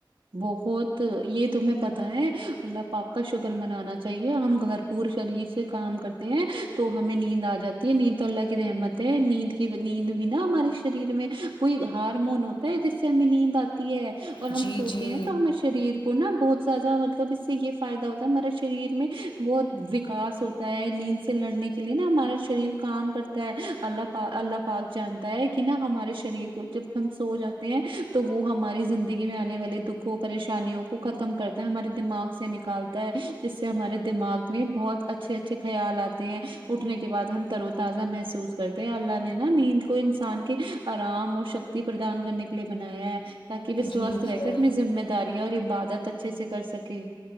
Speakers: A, on the right; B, on the left.
A: بہت یہ تمہیں پتہ ہے اللہ پاپ کا شوگر منانا چاہیے ہم گھر پور شریر سے کام کرتے ہیں تو ہمیں نیند آ جاتی ہے نیند تو اللہ کی رحمت ہے نیند کی نیند بھی نا ہمارے شریر میں کوئی ہارمون ہوتا ہے جس سے ہمیں نیند آتی ہے اور
B: جی
A: ہم ہوتے
B: جی
A: ہیں تو ہمیں شریر کو نا بہت زیادہ مطلب اس سے یہ فائدہ ہوتا ہے ہمارا شریر میں بہت وکاس ہوتا ہے نیند سے لڑنے کے لیے نا ہمارا شریر کام کرتا ہے اللہ اللہ پاک جانتا ہے کہ نا ہمارے شریر کو جب ہم سو جاتے ہیں تو وہ ہماری زندگی میں آنے والی دکھوں پریشانیوں کو ختم کرتا ہے ہمارے دماغ سے نکالتا ہے جس سے ہمارے دماغ میں بہت اچھے اچھے خیال آتے ہیں اٹھنے کے بعد ہم ترو تازہ محسوس کرتے ہیں اللہ نے نا نیند کو انسان کے آرام اور شکتی پردان کرنے کے لیے بنایا ہے تاکہ بھی سواست
B: جی
A: رہے
B: جی
A: اگرمیں ذمہ دارییاں اور عبادت اچھے سے کر سکے